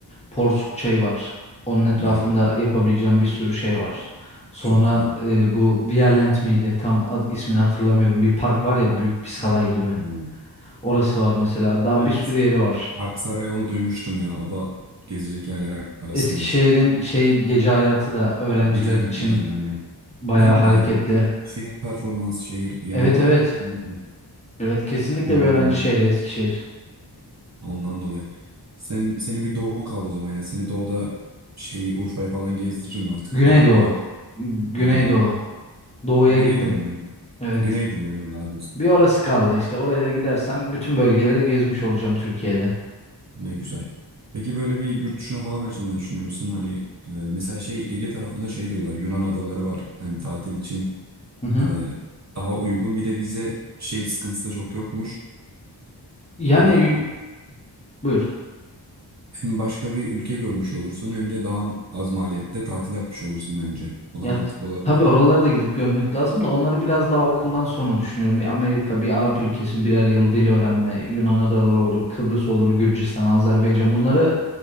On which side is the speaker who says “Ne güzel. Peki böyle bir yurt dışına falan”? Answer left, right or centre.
Right